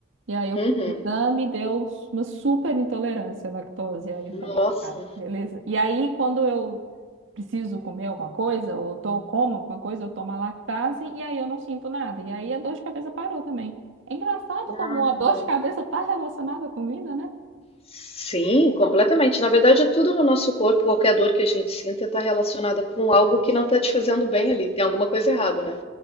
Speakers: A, on the right (about 85°); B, on the left (about 30°).
A: E aí eu
B: uhum.
A: fiz o exame e deu uma super intolerância à lactose. E aí eu
B: Nossa.
A: falei, ah, beleza. E aí quando eu preciso comer alguma coisa, ou to como alguma coisa, eu tomo a lactase e aí eu não sinto nada. E aí a dor de cabeça parou também. É engraçado
B: Ai,
A: como a
B: que
A: dor
B: bom.
A: de cabeça está relacionada à comida, né?
B: Sim, completamente. Na verdade, tudo no nosso corpo, qualquer dor que a gente sinta, está relacionada com algo que não está te fazendo bem ali. Tem alguma coisa errada, né?